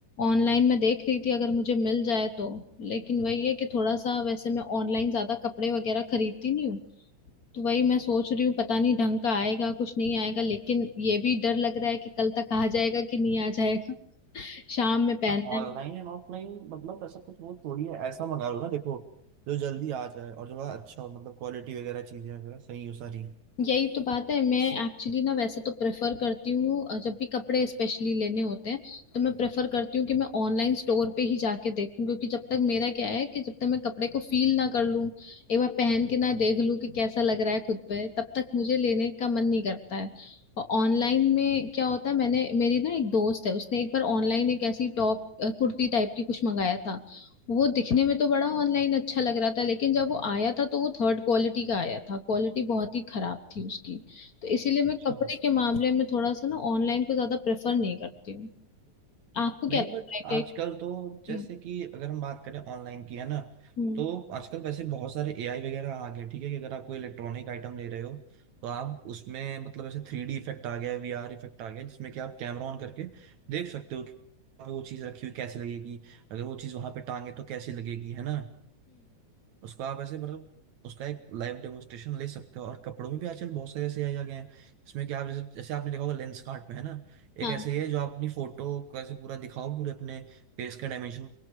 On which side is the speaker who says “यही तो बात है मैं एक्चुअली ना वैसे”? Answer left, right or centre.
Left